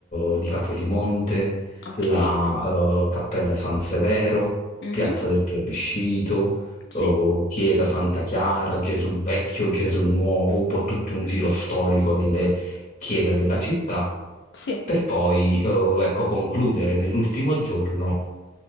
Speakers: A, on the left; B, on the left.
A: eh, di Capodimonte,
B: Ok.
A: la, eh, Cappella San Severo,
B: mhm.
A: Piazza del Plebiscito
B: Sì,
A: eh, Chiesa Santa Chiara, Gesù Vecchio, Gesù Nuovo, un po' tutto un giro storico delle chiese della città,
B: sì,
A: per poi, eh, ecco, concludere nell'ultimo giorno